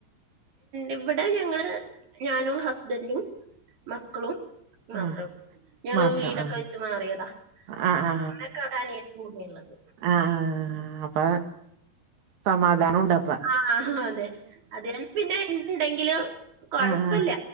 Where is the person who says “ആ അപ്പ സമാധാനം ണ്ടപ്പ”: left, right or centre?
Right